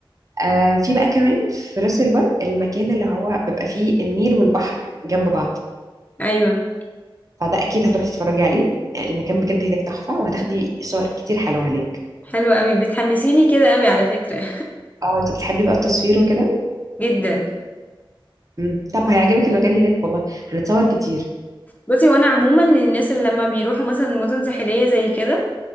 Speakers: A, on the right; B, on the left.
A: آه في بقى كمان في راس البر المكان اللي هو بيبقى فيه النيل والبحر جنب بعض
B: ايوه
A: فده اكيد هتروحي تتفرجي عليه المكان بجد هناك تحفة وهتاخدي صور كتير حلوة هناك
B: حلو قوي بتحمسيني كده قوي على فكره
A: اه انت بتحبي بقى التصوير وكده
B: <laughs> جدا
A: مم. طب هيعجبك المكان هناك والله هنتصور كتير
B: بصي وانا عموما من الناس اللي لما بيروحوا مثلا مدن ساحليه زي كده